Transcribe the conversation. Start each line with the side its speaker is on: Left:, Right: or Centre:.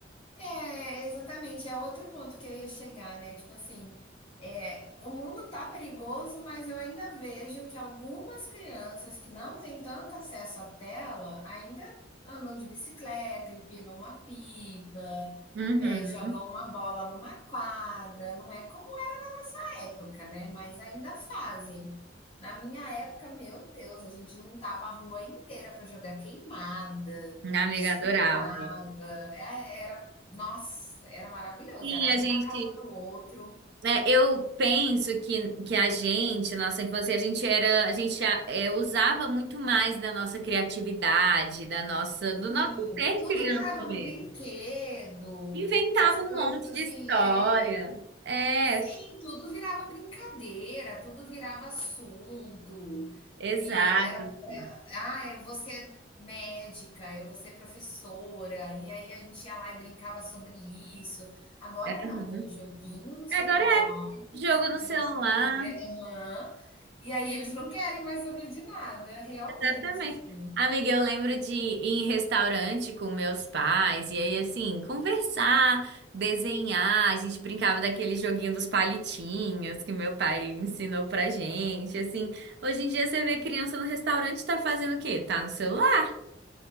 Left: É, exatamente. É outro ponto que eu ia chegar, né? Tipo assim, é, o mundo tá perigoso, mas eu ainda vejo que algumas crianças que não têm tanto acesso à tela ainda andam de bicicleta, empinam uma pipa,
Right: Uhum.
Left: é, jogam uma bola numa quadra. Não é como era na nossa época, né? Mas ainda fazem. Na minha época, meu Deus, a gente juntava a rua inteira para jogar queimada,
Right: Minha amiga
Left: disputava.
Right: adorava.
Left: É, era nossa, era maravilhoso,
Right: Sim,
Left: era
Right: a gente
Left: um na casa do outro.
Right: É, eu penso que, que a gente, na nossa infância, a gente era, a gente a- é, usava muito mais da nossa criatividade, da nossa, do
Left: Sim,
Right: nosso ser
Left: tudo
Right: criança
Left: virava
Right: mesmo.
Left: brinquedo,
Right: Inventava
Left: as
Right: um
Left: coisas
Right: monte
Left: assim,
Right: de história.
Left: é
Right: É,
Left: sim, tudo virava brincadeira, tudo virava assunto,
Right: exato,
Left: e era
Right: sim.
Left: Ah, eu vou ser médica, eu vou ser professora, e aí a gente ia lá e brincava sobre isso. Agora
Right: Uhum.
Left: não, tem um joguinho no celular
Right: Agora
Left: de
Right: é jogo no celular.
Left: de você fazer aham. E aí eles não querem mais saber de nada, realmente,
Right: Exatamente.
Left: assim.
Right: Amiga, eu lembro de ir em restaurante com meus pais e aí, assim, conversar, desenhar. A gente brincava daquele joguinho dos palitinhos que meu pai ensinou pra gente. Assim, hoje em dia você vê criança no restaurante tá fazendo o quê? Tá no celular,